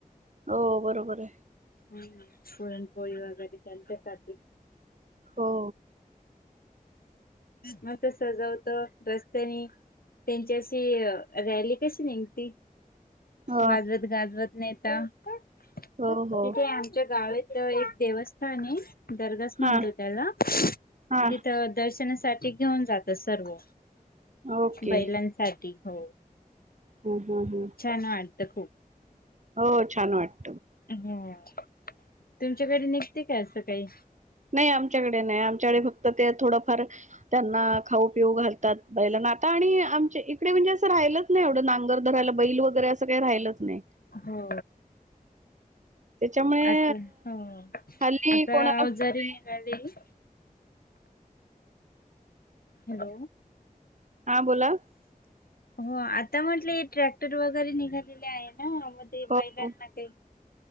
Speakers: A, on the right; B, on the left.
A: हो बरोबर आहे!
B: हं पुरणपोळी वगैरे त्यांच्यासाठी.
A: हो!
B: म ते सजवतं रस्त्यानी त्यांची अशी रॅली कशी निघंती
A: ह
B: वाजवत गाजवत नेतां,
A: हो
B: तिथे
A: हो
B: आमचे गाळे तेव एक देवस्थान हे दर्गाच म्हणतां
A: हा
B: त्याला
A: हा
B: तिथं दर्शनासाठी घेऊन जाता सर्व
A: ओके
B: बैलांनसा ठी हो!
A: हं हं हं!
B: छान वाटत खूप.
A: हो छान वाट
B: ह तुमच्याकडे निघतती का असं काही?
A: नाही आमच्याकडे नाही, आमच्याकडे फक्त ते थोडंफार त्यांना खाऊ पिऊ घाल तात बैलाना, आता आणि आमच्या इकडे म्हणजे असं राहिलं च नाही एवढं नांगर धरायला बैल वगैरे, असं काही राहिलंच नाही.
B: हो!
A: त्याच्यामुळे
B: आता हो,
A: हल्ली
B: आता
A: कोणाला होत
B: ओ जरी
A: नाही.
B: न्या कधी हॅलो!
A: हां बोला!
B: हो आता म्हतंलं हे ट्रॅक्टर वगैरे निघालेले आहे ना मं ते
A: हो
B: बैलांना
A: हो
B: काही